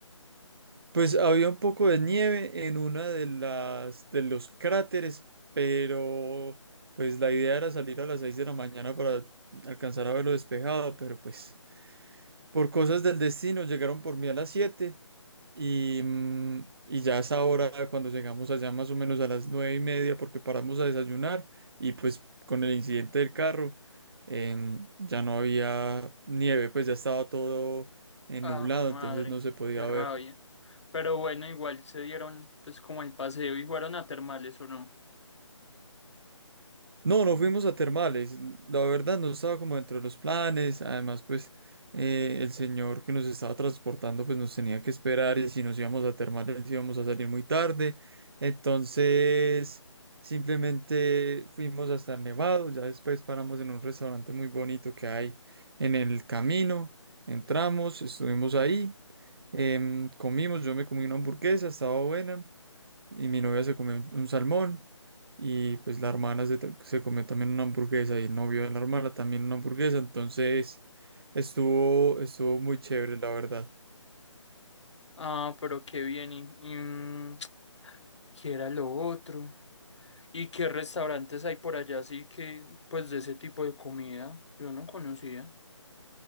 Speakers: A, on the right; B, on the left.
A: Pues había un poco de nieve en una de las de los cráteres, pero pues la idea era salir a las 6 de la mañana para alcanzar a verlo despejado, pero pues Por cosas del destino, llegaron por mí a las 7 y, mm, y ya a esa hora, cuando llegamos allá más o menos a las 9 y media, porque paramos a desayunar y pues con el incidente del carro em, ya no había nieve, pues ya estaba todo eh,
B: Ah,
A: nublado,
B: güey, madre.
A: entonces no se podía
B: Qué rabia.
A: ver.
B: Pero bueno, igual se dieron pues como el paseo y fueron a termales o no.
A: No, no fuimos a termales. La verdad no estaba como dentro de los planes. Además, pues eh, el señor que nos estaba transportando pues nos tenía que esperar y si nos íbamos a termales íbamos a salir muy tarde. Entonces, simplemente fuimos hasta el Nevado. Ya después paramos en un restaurante muy bonito que hay en el camino. Entramos, estuvimos ahí, em, comimos, yo me comí una hamburguesa, estaba buena y mi novia se comió un, un salmón y pues la hermana se, ta- se comió también una hamburguesa y el novio de la hermana también una hamburguesa, entonces estuvo, estuvo muy chévere, la verdad.
B: Ah, pero qué bien. ¿Y, y, <tsk> mm, qué era lo otro? ¿Y qué restaurantes hay por allá así que pues de ese tipo de comida? Yo no conocía.